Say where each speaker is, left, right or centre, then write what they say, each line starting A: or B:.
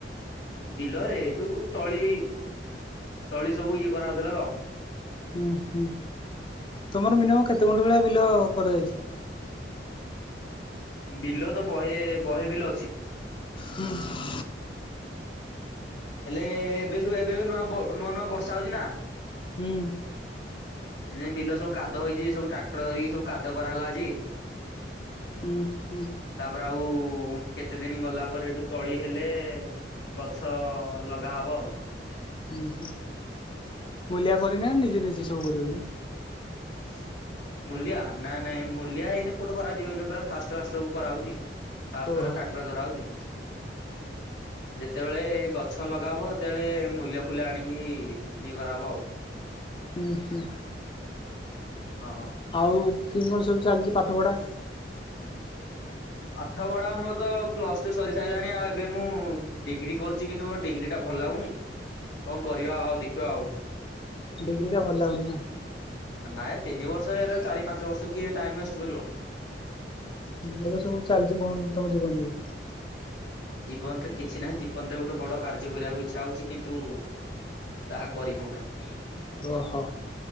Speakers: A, on the left; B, on the left.
A: ବିଲରେ ଯୋଉ ତଳି ତଳି ସବୁ ଇଏ କରାଉଥିଲା ତ।
B: ଉୁଁ ହୁଁ ତମର ମିନିମମ କେତେ ଗୁଣ୍ଟ ଭଳିଆ ବିଲ କରାଯାଇଛି।
A: ବିଲ ତ ବହେ ବହେ ବିଲ ଅଛି।
B: ହଁ।
A: ହେଲେ ଏବେ ସବୁ ଏବେ ବି ନୂଆ ନୂଆ ନୂଆ ବର୍ଷା ହଉଛି ନା।
B: ହୁଁ।
A: ସେଇଥି ପାଇଁ ବିଲ ସବୁ କାଦ ହେଇଛି ସବୁ ଟ୍ରାକ୍ଟର ଧରିକି ସବୁ କାଦ କରାହେଲା ଆଜି।
B: ହୁଁ ହୁଁ।
A: ତାପରେ ଆଉ କେତେ ଦିନ ଗଲା ପରେ ଏଠୁ ତଳି ହେଲେ ଗଛ ଲଗା ହବ ଆଉ।
B: ହୁଁ ହୁଁ ମୁଲିଆ କରିନାହଁନ୍ତି ନିଜେ ନିଜେ ସବୁ କରିବ କି।
A: ହ। ମୂଲିଆ ନାଇଁ ନାଇଁ ମୂଲିଆ ଏଇନେ କୋଠି କରାଯିବ ଏଇନ ପୁରା ଫାଷ୍ଟ ଫାଷ୍ଟ ସବୁ କରାଉଚି। ଫାଷ୍ଟ
B: ଓହୋ
A: ହେରା ଟ୍ରାକ୍ଟର ଦ୍ଵାରା ହଉଚି। ଯେତେବେଳେ ଗଛ ଲଗା ହବ ସେତେବେଳେ ମୂଲିଆ ଫୁଲିଆ ଆଣିକି ଇଏ କରାହବ ଆଉ।
B: ହୁଁ ହୁଁ।
A: ହଁ।
B: ଆଉ କିମି କଣ ସବୁ ଚାଲିଛି ପାଠ ପଢା।
A: ପାଠ ପଢା ମୋର ତ ପ୍ଲସ ଟୁ ସରି ସାରିଲାଣି ଆଉ ଏବେ ମୁଁ ଡିଗ୍ରୀ କରୁଛି କିନ୍ତୁ ମୋ ଡିଗ୍ରୀ ଟା ଭଲ ଲାଗୁନି କଣ କରିବା ଆଉ ଦେଖିବା ଆଉ
B: ଡିଗ୍ରୀଟା ଭଲ ଲାଗୁନି ନା।
A: ନାଇ ତିନି ବର୍ଷ ଏରା ଚାରି ପାଞ୍ଚ ବର୍ଷ କିଏ ଟାଇମ ୱେଷ୍ଟ କରିବ।
B: ହୁଁ ଏବେ ସବୁ ଚାଲିଚି କଣ ତମ ଜୀବନ ରେ।
A: ଜୀବନରେ କିଛି ନାହିଁ ଜୀବନରେ ଗୋଟେ ବଡ କାର୍ଯ୍ୟ କରିବାକୁ ଇଚ୍ଛା ହଉଛି କିନ୍ତୁ ତାହା କରି ହଉନାହିଁ।
B: ଓ ହ